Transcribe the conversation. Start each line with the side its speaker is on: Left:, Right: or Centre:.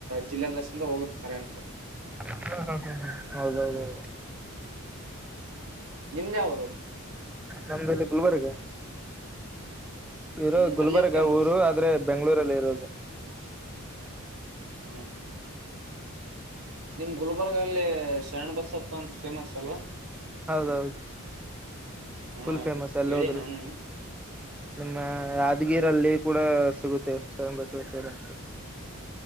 Right: ಜಿಲ್ಲೆಲ್ಲ ಚಿಂದ ಹೋಗುತ್ತ ಕರೆಂಟರು
Centre: ಹ ಹ ಹ ಹ ಹೌದೌದ ಹೌದು
Right: ನಿಮ್ದ ಅವರು
Centre: ನಮ್ದಲ್ಲಿ ಗುಲ್ಬರ್ಗ ಇರೋ
Right: ಹ್ಮ್
Centre: ಗುಲ್ಬರ್ಗ
Right: ಅಲ್ಲಿ ಏನ್ ಫೇಮಸ್
Centre: ಊರು ಆದ್ರೆ ಬೆಂ್ಗಳೂರಲ್ಲಿ ಇರೋದು
Right: ಹ್ಮ ನಿಮ್ ಗುಲ್ಬರ್ಗ ಅಲ್ಲಿ ಶರಣಬಸಪ್ಪ ಅಂತ ಫೇಮಸ್ ಅಲ್ಲ
Centre: ಹೌದೌದು
Right: ಹ
Centre: ಫುಲ್ ಫೇಮಸ್ ಎಲ್ಲ
Right: ಕೇಳಿ
Centre: ಹದ್ರು
Right: ನಾನು
Centre: ನಿಮ್ಮ ಉದ್ಗಿರಲ್ಲಿ ಕೂಡ ಸಿಗುತ್ತೆ ಶರಣ್ಣಬವರೇಶ್ವವರ ಅಂತ